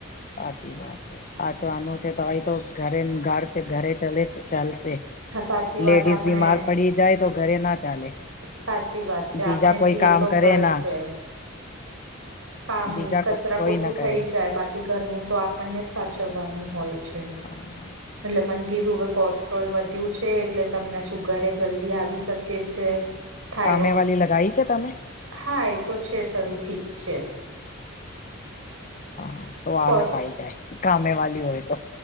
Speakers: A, on the left; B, on the right.
A: સાચી વાત છે સાચવાનું છે તો ભાઈ તો ઘરે ઘર ઘરે ચ ચાલશે.
B: હા સાચી વાત
A: લેડીિઝ
B: આપણે
A: બીમાર પડી જાય તો ઘરે ના ચાલે
B: સાચી વાત છે
A: બીજા
B: આપણે
A: કોઈ
B: છીએ,
A: કામ
B: તો
A: કરે
B: ઘર
A: ના
B: છે. કામ
A: બીજા
B: કચરા
A: કોઈ
B: પોતું
A: ના કરે
B: થઈ જાય બાકી ઘરનું તો આપણને જ સાચવવાનું હોય છે.
A: હા.
B: એટલે મન કીધું કે કોર્સ ટ્રોલ વધ્યું છે એટલે તમને સુગરે જલ્દી આવી શકે છે. થાયરોડ
A: કામે વાલી લગાઈ છે તમે?
B: હા એ તો છે શરૂથી જ છે.
A: હા તો આલસ
B: કોર્સ
A: આઈ જાય કામે વાલી હોય તો.